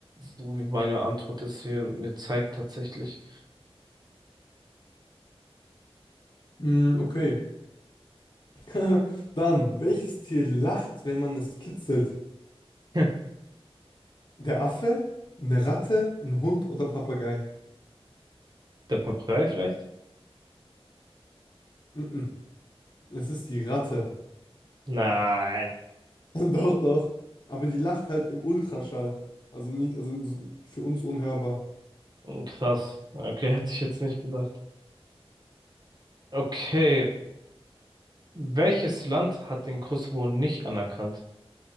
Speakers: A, on the right (about 40°); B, on the left (about 45°).
A: So wie meine Antwort es hier mir zeigt tatsächlich.
B: Hm, okay. <laughs> Dann, welches Tier lacht, wenn man es kitzelt?
A: Hm.
B: Der Affe, eine Ratte, ein Hund oder Papagei?
A: Der Papagei vielleicht?
B: Mm-mm. Es ist die Ratte.
A: Nein.
B: <laughs> Doch, doch. Aber die lacht halt im Ultraschall. Also nicht, also so- für uns unhörbar.
A: Krass. Okay, <laughs> hätte ich jetzt nicht gedacht. Okay. Welches Land hat den Kosovo nicht anerkannt?